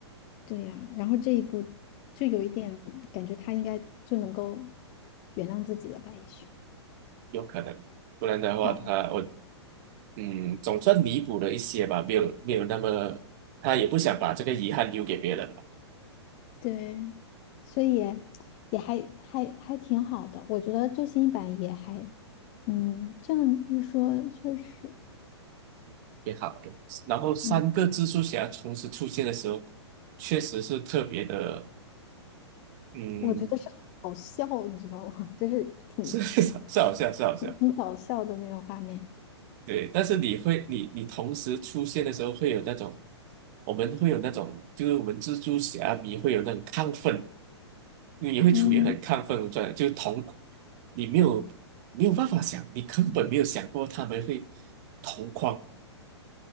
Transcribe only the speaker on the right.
有可能，不然的话他我
嗯总算弥补了一些吧，没有没有那么他也不想把这个遗憾留给别人嘛，
也好，OK。然后三个蜘蛛侠同时出现的时候，
确实是特别的，嗯，
是 <laughs> 是好笑是好笑，
对，但是你会，你你同时出现的时候，会有那种，我们会有那种，就是我们蜘蛛侠迷会有那种亢奋，你会处于很亢奋的状态，
就是同，你没有没有办法想，你根本没有想过他们会同框，